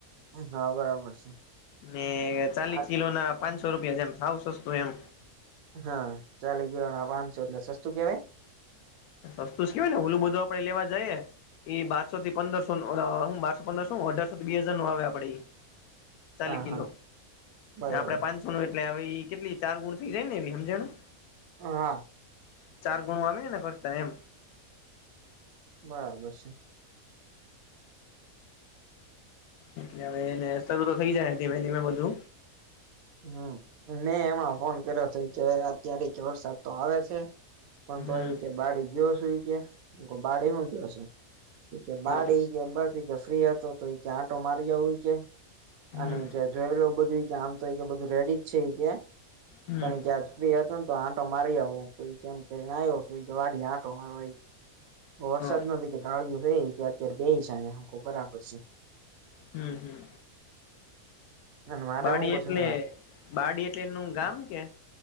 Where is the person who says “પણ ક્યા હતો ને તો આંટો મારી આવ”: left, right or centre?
Right